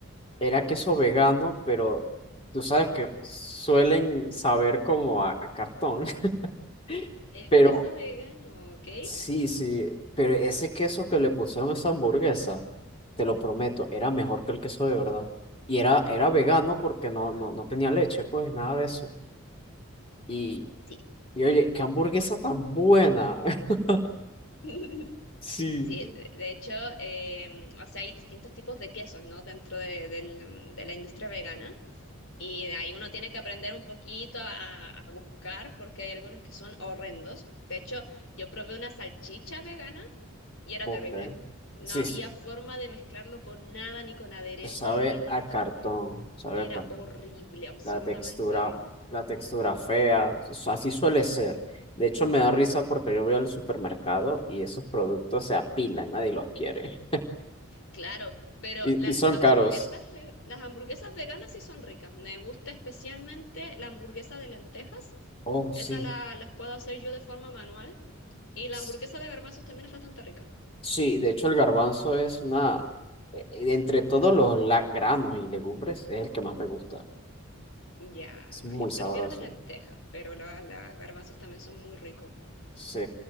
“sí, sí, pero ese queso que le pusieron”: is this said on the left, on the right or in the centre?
Left